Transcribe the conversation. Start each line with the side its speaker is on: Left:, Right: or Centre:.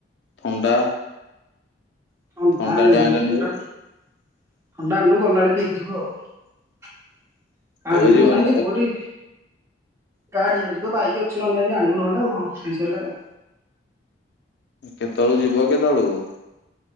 Left: ଥଣ୍ଡା।
Right: <unintelligible>
Left: ଥଣ୍ଡା ଟେ ଆଣିଲନି ଭାରି
Right: ଥଣ୍ଡା ଆଣିନୁ ଗଲାବେଳେ ପିଇକି ଯିବୁ ଆଉ। ଆଣନ
Left: ଏବେ ଯିବନି
Right: ମୁ ନା ଯେ ବରି ଗାଡି ଆଣିଚୁ ତ ବାଇକ୍ ଅଛି ନହେଲେ ଯାଇ ଆଣିବୁ ନହେଲେ ଆଉ କଣ ଖାଇସାରିଲେ ଆଉ।
Left: କେତେବେଳୁ ଯିବ କେତେବେଳୁକୁ?